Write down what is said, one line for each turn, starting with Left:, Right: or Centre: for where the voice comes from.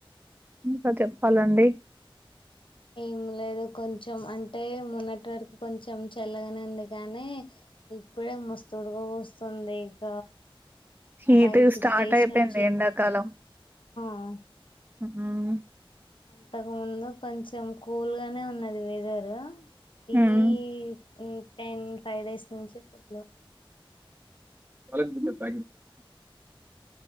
Right: ఇంకా చెప్పాలండి
Left: ఏం లేదు కొంచెం అంటే మొన్నటి వరకు కొంచెం చెల్లగానే ఉంది కానీ ఇప్పుడే మస్తుడక పోస్తుంది ఇక
Right: ఈది
Left: ఫైవ్ సిక్స్
Right: స్టార్ట్
Left: డేస్
Right: అయిపోయింది
Left: నుంచి
Right: ఎండాకాలం
Left: ఆ
Right: మ్మ్
Left: అంతకు ముందు కొంచెం కూల్గానే ఉన్నది వెదరు
Right: హ్మ్.
Left: ఈ మ్మ్ థెన్ ఫైవ్ డేస్ నుంచి ఫుల్లు
Right: అలహందల్ త